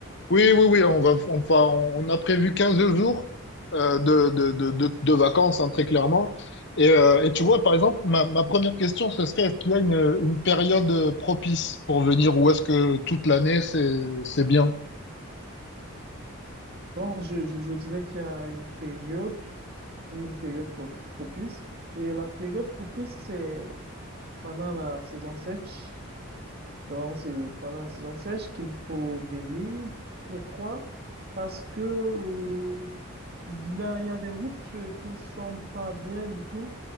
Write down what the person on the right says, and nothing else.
Oh,
Bon, je, je, je dirais qu'il y a une période, une période pro- propice. Et la période propice, c'est pendant la saison sèche. Donc, c'est pendant la saison sèche qu'il faut venir. Pourquoi? Parce que, euh, Là, il y a des routes euh, qui ne sont pas bien du tout.